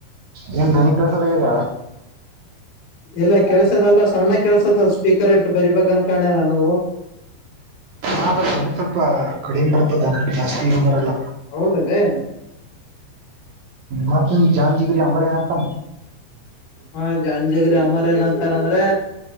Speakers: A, on the right; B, on the left.
A: ನಿನ್ ಧ್ವನಿ ಕೇಳಸಲ ಆಗ್ಯದ
B: ಇಲ್ಲ ಕೆಳ್ಸದಲ್ಲ ಸಣ್ಣಾಗ ಕೆಲ್ಸತ್ತ ಸ್ಪೀಕರ್ ಎಟ ಬರಿಬೇಕ ಅನ್ಕೊಂಡೆ ನಾನೂ
A: ಹ್ರ ಧ್ವನಿ ಸ್ವಲ್ಪ ಕಡಿಮೆ ಬರ್ತದ ಜಾಸ್ತಿಗ ಬರಲ್ಲ
B: ಹೌದಲ್ಲೇ
A: ಮತ್ ಜಾಂಜಿಗರಿ ಅ್ರನತ್ತ
B: ಹಾ ಜಾಂಜಗರಿ ಅಮ್ಮರ್ ಏನತಾನಂದ್ರೆ